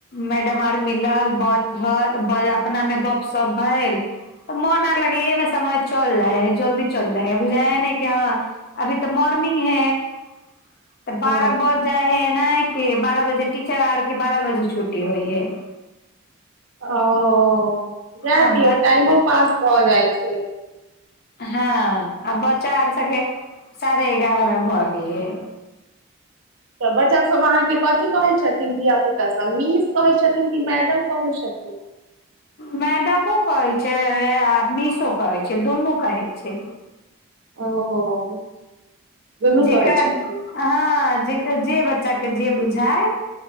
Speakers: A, on the left; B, on the right.
A: मैडम आर मिलल बात भ अपना मे गपशप भेल तऽ मोन आर लगे ह एहि मे समय चल जाय है जल्दी चल जाय है बुझा है न कि हँ अभी तऽ मॉर्निंग है तऽ बाद
B: हँ
A: बज जाइ है न के बारह बजे टीचर आर के बारह बजे छुट्टी होइ है
B: ओ जाय
A: आ
B: दियौ
A: बच
B: टाइमो पास भऽ जाइ छै
A: हँ आ बच्चा आर सबके साढ़े एगारह मे भऽ गेलय हे
B: तऽ बच्चाभ अहाँके कथी कहैत छथिन धिया पुतासभ मिस कहै छथिन की मैडम कहय छथिन
A: मैडमो कहैत छै आ मिशो कहैत छै दुनू कहैत छै
B: ओ दुनू
A: जेकरा
B: कहै छथिन
A: हँ जे जे बच्चाके जे बुझाय